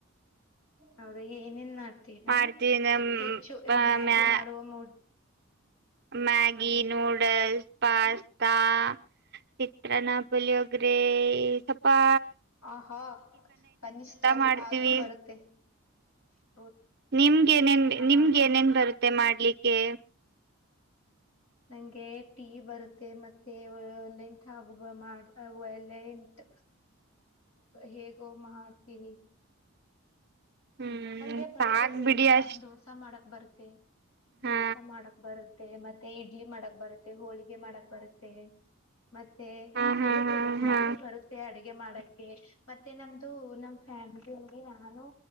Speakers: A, on the left (about 80°); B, on the right (about 50°).
A: ಹೌದ ಏನನ್ ಮಾಡ್ತೀರಾ
B: ಮಾಡ್ತೀವಿ ನಮ್
A: ಹೆಚ್ಚು ಮ್ಯಾಗಿ
B: ಮ್ಯಾ
A: ಮಾಡುವ ಮೂ
B: ಮ್ಯಾಗಿ,
A: ಹ್ಮ್.
B: ನೂಡಲ್ಸ್ ಪಾಸ್ತಾ ಚಿತ್ರನ ಪುಳಿಯೋಗರೆ ಸಪಾ
A: ಆಹಾ ಕನಿಷ್ಠ ಅದು
B: ಮಾಡ್ತೀವಿ
A: ಆದ್ರೂ ಬರುತ್ತೆ <inaudible>
B: ನಿಮ್ಗೆ ನೇನ್ ನಿಮ್ಗೆ
A: ಹ ಅಕ್ಕ
B: ನೇನ್ ಬರುತ್ತ <unintelligible> <inaudible> ಮತ್ತೆ ಮಾಡ್ಲಿಕ್ಕೆ
A: ನಂಗೆ ಟೀ ಬರುತ್ತೆ ಮತ್ತೆ ಒಲೆಂಟ್ ಆಗುವ ಮಾಡ ವಲೆಂಟ್ ಹೇಗೋ ಮಾಡ್ತೀನಿ
B: ಹ್ಮ್
A: ನಂಗೆ ಬರುತ್ತೆ
B: ಸಾಕ್
A: ದೋಸಾ
B: ಬಿಡಿ ಅಷ್ಟ್
A: ದೋಸಾ ಮಾಡಕ್ ಬರ್ತ್ತ ತೇ
B: ಹಾ
A: ದೋಸೆ ಮಾಡಕ್ ಬರುತ್ತೆ ಮತ್ತೆ <unintelligible> ಮತ್ತ ಇಡ್ಲಿ ಮಾಡಕ್ ಬರುತ್ತೆ ಹೋಳಿಗೆ ಮಾಡಕ್ ಬರುತ್ತೆ ಮತ್ತೆ
B: ಹಾ
A: ನಂಗೆ
B: ಹಾ
A: ತುಂಬಾನೇ
B: ಹಾ
A: ಬರುತ್ತೆ ಅಡುಗೆ <unintelligible> <unintelligible> ಮಾಡಕ್ಕೆ ಮತ್ತೆ ನಮ್ದು ನಮ ಫ್ಯಾಮಿಲಲ್ಲಿ ನಾನು